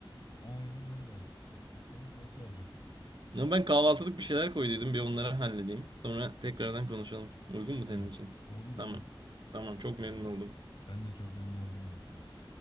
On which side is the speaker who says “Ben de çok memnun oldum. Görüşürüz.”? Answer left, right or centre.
Left